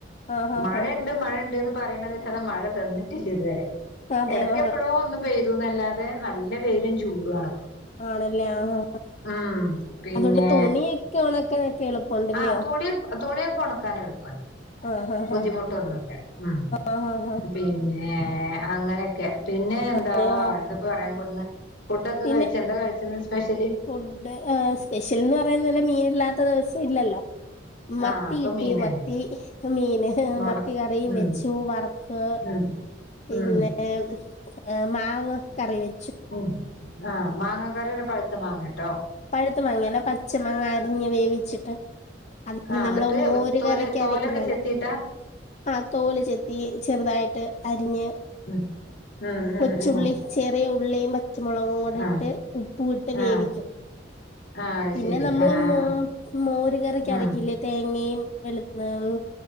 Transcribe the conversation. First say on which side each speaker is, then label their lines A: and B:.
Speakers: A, on the left; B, on the left.
A: ആ ആ
B: <inaudible> മഴയുണ്ട്
A: ആ
B: മഴുണ്ട്ന്ന് പ് പറയ്ണല്ലാതെ മഴ തന്നിട്ടില്ല ഇതുവരെ
A: അതെ
B: എടക്ക
A: ആ
B: എപ്പോഴോ ഒന്ന് പെയ് ഇതൊന്നല്ലാതെ നല്ല വെയിലും ചൂടും ആണിപ്പോ
A: ആണല്ലേ ആ ആ
B: ഉം പിന്നെ
A: അതുകൊണ്ട് തുണിയൊക്കെ ഉണക്കാനൊക്കെ എളുപ്പമുണ്ടല്ലോ
B: ആ തുണിയ തുണിയൊക്കെ ഉണക്കൻ എളുപ്പ
A: ആഹ് ആഹ്
B: ബുദ്ധിമുട്ടൊന്നുല്ല ഉം
A: ആഹ് ആഹ് ആഹ് ആഹ്
B: പിന്നെ അങ്ങനെയൊക്കെ പിന്നെ എന്താ
A: അതെയോ
B: എന്തൊക്ക പറയാൻ കൊട് അന്ന ഫുഡ്ക്കെ
A: പിന്നെ
B: കഴിച്ചു എന്താ കഴിച്ചന്ന് സ്പ്യഷ്യൽ
A: ഫുഡ് ഏ സ്പെഷ്യൽ എന്ന് പറയുന്നല് മീനില്ലാത്ത ത് ദിവസം ഇല്ലല്ലോ? മത്തികിട്ടി
B: ആഹ് അപ്പൊ മീനന്നെ
A: മത്തി മീന്
B: മുള
A: മത്തി കറിയും
B: ഉം
A: വെച്ചു വറക്ക്
B: ഉം
A: പിന്നെ?
B: ഉം
A: ഹും. ഏ മാങ്ങ കറി വെ
B: ഉം ആ മാങ്ങ കറിന്നെ പഴുത്ത മാങ്ങേട്ടോ
A: പഴുത്ത മങ്ങല്ല പച്ച മാങ്ങ അരിഞ്ഞ് വേവിച്ചിട്ട് അതിന്
B: ആഹ്
A: നമ്മള്
B: എന്നിട്ട്
A: മോര്
B: തോല്
A: കറിക്ക്
B: തോലൊക്കെ
A: അരക്കുന്നലെ
B: ചെത്തിട്ടാ
A: ആ തോല് ചെത്തി ചെറുതായിട്ട് അരിഞ്ഞ്
B: ഉം ഉം ഉം
A: കൊച്ചുള്ളി
B: ഉം
A: ചെറിയ ഉള്ളി ഉള്ളീം പച്ച പച്ചമുളകും കൂടി
B: ആഹ്
A: ഇട്ട് ഉപ്പും ഇട്ട് വേവിക്കും
B: ആഹ് ആഹ് അത്
A: പിന്നെ
B: ശരി
A: നമ്മള്
B: ആഹ്
A: മോ മോര് കറിക്കരക്കില്ലേ
B: ആഹ്
A: തേങ്ങയും വെളുത്ത ഉം